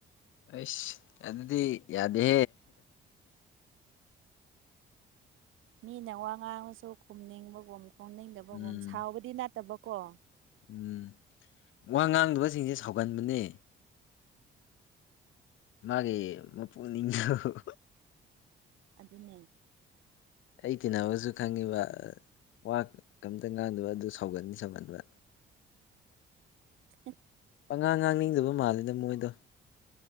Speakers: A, on the left; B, on the right.
A: ꯑꯁ ꯑꯗꯨꯗꯤ ꯌꯥꯗꯦ
B: ꯃꯤꯅ ꯋꯥ ꯉꯥꯡꯉꯁꯨ ꯈꯨꯝꯅꯤꯡꯕꯒꯨꯝ ꯈꯣꯡꯅꯤꯡꯗꯕꯒꯨꯝ
A: ꯎꯝ
B: ꯁꯥꯎꯕꯗꯤ ꯅꯠꯇꯕꯀꯣ
A: ꯎꯝ ꯋꯥ ꯉꯥꯡꯗꯕꯁꯤꯡꯁꯦ ꯁꯥꯎꯒꯟꯕꯅꯦ ꯃꯥꯒꯤ ꯃꯄꯨ ꯅꯤꯡꯊꯧ
B: ꯅ
A: ꯑꯩ ꯇꯤꯟꯅꯕꯁꯨ ꯈꯪꯉꯤꯕ ꯋꯥ ꯀꯝꯇ ꯉꯥꯡꯗꯕ ꯑꯗꯨ ꯁꯥꯎꯒꯅꯤ ꯁꯝꯍꯟꯕ
B: ꯎ
A: ꯄꯉꯥꯡ ꯉꯥꯡꯅꯤꯡꯗꯕ ꯃꯥꯜꯂꯤꯗ ꯃꯣꯏꯗꯣ